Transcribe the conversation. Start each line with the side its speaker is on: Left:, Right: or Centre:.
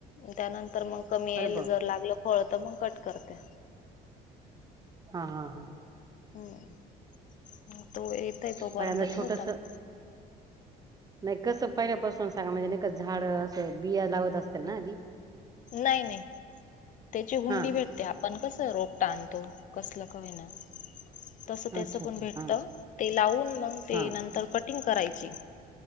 Left: त्यानंतर मग कमी यायला
Right: बाप
Left: जर लागलं फळ तर मग कट करते.
Right: हा. हा. हा.
Left: हम्म. तो येतय तोपर्यंत
Right: पहिल्यांदा
Left: ठेवतात.
Right: छोटस नाही कसं पहिल्यापासून सांगा म्हणजे न झाडं असं बिया लावत असतील ना आधी
Left: नाही नाही त्याची हुंडी
Right: हा
Left: भेटते. आपण कसं रोपटं आणतो. कसलं का होईना तसं त्याच
Right: अच्छा
Left: पण
Right: अच्छा
Left: भेटत,
Right: हा
Left: ते लावून मग ते
Right: हा
Left: नंतर कटिंग करायची